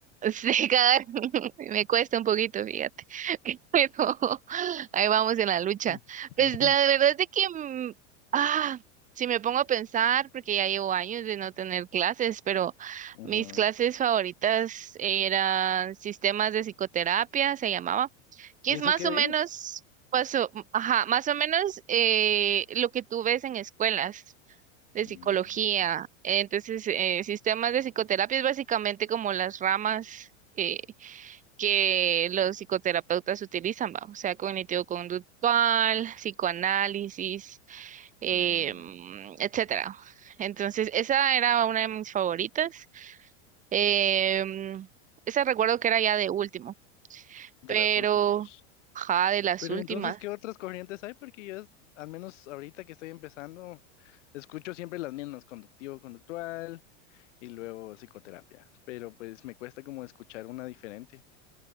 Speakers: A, on the right; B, on the left.
A: Sí, cagar, <laughs> me cuesta un poquito, fíjate. <laughs> Pero ahí vamos en la lucha.
B: <laughs>
A: Pues la verdad es de que, mm, ah, si me pongo a pensar, porque ya llevo años de no tener clases, pero
B: Ujú.
A: mis clases favoritas eran sistemas de psicoterapia, se llamaba, que
B: ¿Y
A: es
B: eso
A: más
B: qué
A: o
B: veías?
A: menos, pues, o- ajá, más o menos eh, lo que tú ves en escuelas de psicología.
B: Mm,
A: eh, Entonces, eh, sistemas de psicoterapia es básicamente como las ramas eh, que los psicoterapeutas utilizan, ¿va? O sea, cognitivo-conductual, psicoanálisis, eh,
B: mm,
A: mm, etcétera. Entonces, esa era una de mis favoritas. Eh, mm, esa recuerdo que era ya de último,
B: De
A: pero,
B: las últimas.
A: ja, de las
B: Pero
A: últimas.
B: entonces, ¿qué otras corrientes hay? Porque yo, al menos ahorita que estoy empezando, escucho siempre las mismas, conductivo, conductual. y luego psicoterapia, pero pues me cuesta como escuchar una diferente.